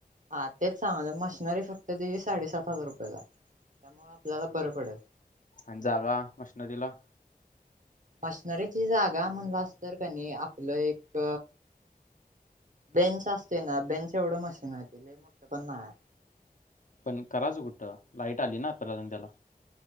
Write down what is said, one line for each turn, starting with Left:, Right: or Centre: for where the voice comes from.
Right: हा तेच सांग मशिनरी फक्त त साडेसात हजार रुपयाला त्यामुळे आपल्याला बरं पडेल
Left: आणि जागा मशनरीला
Right: मशनरीची जागा म्हणला अस तर काणी आपलं एक बेंच असते ना बेंच एवढं मशीनरतील मुगत पण नाही
Left: पण कराचं कुठं लाईट आली ना प्रधान त्याला